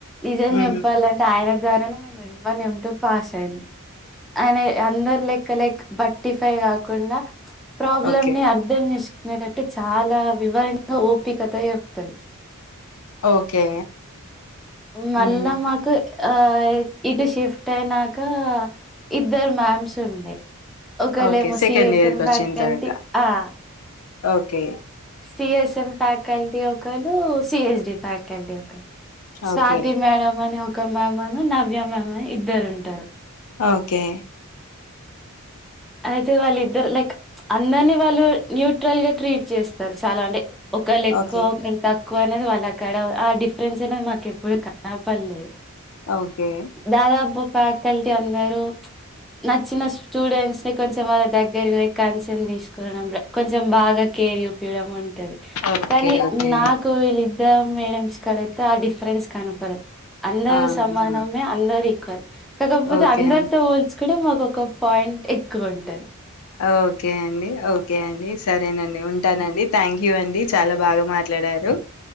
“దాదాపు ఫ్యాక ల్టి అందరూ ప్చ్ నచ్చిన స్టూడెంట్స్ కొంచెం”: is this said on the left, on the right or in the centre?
Centre